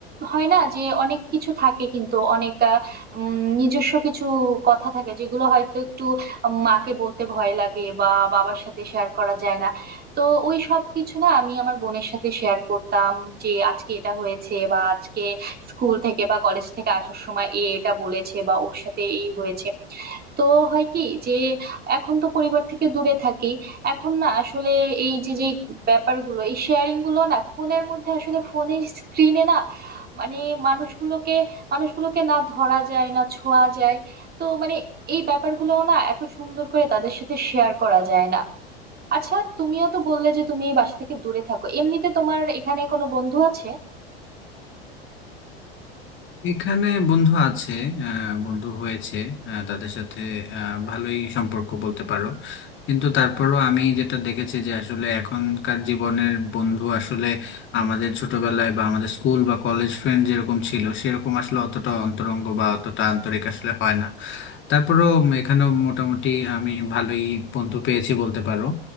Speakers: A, on the right; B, on the left.
A: হয় না যে অনেক কিছু থাকে কিন্তু অনেক আহ, উম, নিজস্ব কিছু কথা থাকে যেগুলো হয়তো একটু মাকে বলতে ভয় লাগে বা বাবার সাথে শেয়ার করা যায় না তো ওই সব কিছু না আমি আমার বোনের সাথে শেয়ার করতাম যে আজকে এটা হয়েছে বা আজকে স্কুল থেকে বা কলেজ থেকে আসার সময় এ এটা বলেছে বা ওর সাথে এই হয়েছে তো হয় কি যে এখন তো পরিবার থেকে দূরে থাকি এখন না আসলে এই যে যে ব্যাপারগুলো এই শেয়ারিং গুলো না ফোনের মধ্যে আসলে ফোনের স্ক্রিনে না মানে মানুষগুলোকে মানুষগুলোকে না ধরা যায় না ছোঁয়া যায় তো মানে এই ব্যাপারগুলো না এত সুন্দর করে তাদের সাথে শেয়ার করা যায় না আচ্ছা তুমিও তো বললে যে তুমি এই বাসা থেকে দূরে থাকো এমনিতে তোমার এখানে কোনো বন্ধু আছে
B: এখানে বন্ধু আছে আহ, বন্ধু হয়েছে আহ, তাদের সাথে আহ, ভালোই সম্পর্ক বলতে পারো কিন্তু তারপরও আমি যেটা দেখেছি যে আসলে এখনকার জীবনের বন্ধু আসলে আমাদের ছোটবেলায় বা আমাদের স্কুল বা কলেজ ফ্রেন্ড যেরকম ছিল সেরকম আসলে অতটা অন্তরঙ্গ বা অতটা আন্তরিক আসলে হয় না তারপরেও এখানেও মোটামুটি আমি ভালোই বন্ধু পেয়েছি বলতে পারো